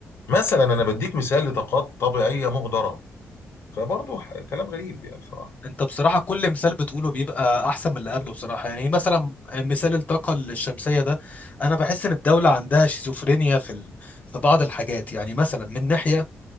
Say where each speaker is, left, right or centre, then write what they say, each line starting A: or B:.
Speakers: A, on the left; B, on the left.
A: مثلا انا بديك مثال لطاقات طبيعيه مهدره فبرضه ح- كلام غريب يعني بصراحه
B: انت بصراحة كل مثال بتقوله بيبقى أحسن من اللي قبله بصراحة يعني مثلا مثال الطاقة الشمسية ده أنا بحس إن الدولة عندها شيزوفرينيا في ال... في بعض الحاجات يعني مثلا من ناحية